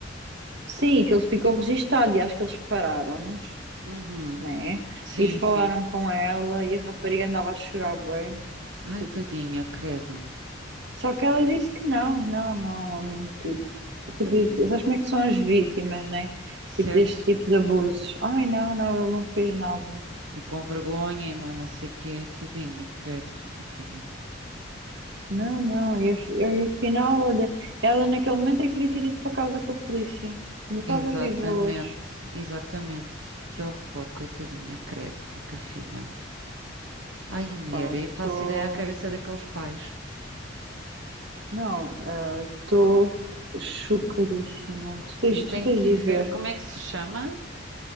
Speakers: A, on the right (about 65°); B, on the right (about 85°).
A: sim, que ele ficou registado e acho que eles pararam-nos,
B: Uhum.
A: né?
B: Sim,
A: E falaram
B: sim.
A: com ela e a rapariga andava a chorar bué.
B: Ai,
A: tipo.
B: tadinha, credo.
A: Só que ela disse que não, não, não. Tipo,
B: Pá,
A: que
B: devia-
A: tu- sabes como é que são as vítimas, né?
B: Certo.
A: Tipo, deste tipo de abusos. Ai, não, não, ele não fez nada.
B: E com vergonha, e não é não sei o quê, tadinha, credo, rica filha.
A: Não, não, e, af- e afinal, olha, ela naquele momento é que devia ter ido para casa com a polícia. Não estava
B: Exatamente,
A: viva hoje.
B: exatamente. Que horror, coitadinha, credo, rica filha. Ai, mulher,
A: Pá,
B: eu faço
A: estou.
B: ideia à cabeça daqueles pais.
A: Não, ah, estou chocadíssima. Tu tens,
B: Eu
A: tu
B: tenho
A: tens
B: que
A: de
B: ir ver
A: ir ver.
B: como é que se chama.